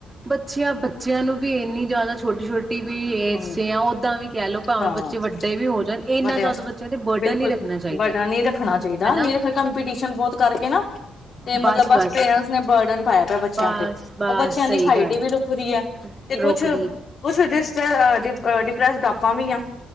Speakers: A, on the right; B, on the left.
A: ਬੱਚਿਆਂ ਬੱਚਿਆਂ ਨੂੰ ਵੀ ਇੰਨੀ ਜ਼ਿਆਦਾ ਛੋਟੀ ਛੋਟੀ ਵੀ <unintelligible>
B: ਹੂੰ
A: ਉਦਾਂ ਵੀ, ਕਹਿ ਲਓ ਭਾਵੇਂ
B: ਹਾਂ
A: ਬੱਚੇ ਵੱਡੇ ਵੀ ਹੋ ਜਾਣ ਇੰਨਾ
B: ਵੱਡਿਆ
A: ਜ਼ਿਆਦਾ ਬੱਚਿਆਂ ਤੇ ਬਰਡਨ
B: ਬਿਲਕੁਲ
A: ਨੀ ਰੱਖਣਾ ਚਾਹੀਦਾ
B: ਬਰਡਨ ਨਹੀਂ ਰੱਖਣਾ ਚਾਹੀਦਾ
A: ਹਨਾ
B: ਨਹੀਂ ਰੱਖ ਕੰਪੀਟੀਸ਼ਨ ਬਹੁਤ ਕਰਕੇ ਨਾ, ਤੇ ਮਤਲਬ
A: ਬਸ-ਬਸ,
B: ਬਸ ਪੇਰੈਂਟਸ ਨੇ ਬਰਡਨ ਪਾਇਆ ਪਿਆ ਬੱਚਿਆਂ
A: ਬਸ-ਬਸ
B: ਤੇ ਉਹ ਬੱਚਿਆਂ
A: ਸਹੀ
B: ਦੀ ਹਾਈਟ
A: ਗੱਲ
B: ਹੀ ਵੀ ਰੁੱਕ ਰਹੀ ਹੈ,
A: ਐ
B: ਤੇ ਕੁਛ
A: ਰੋਕਦੀ
B: ਕੁਛ <inaudible> ਪ੍ਰੈੱਸ ਦਾ, ਤਾਂ ਵੀ ਆਂ,